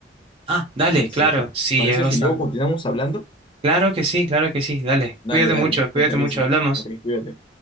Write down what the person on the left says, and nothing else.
Este,
¿te
parece
si luego continuamos hablando?
Dale,
dale,
te aviso.
Ok, cuídate.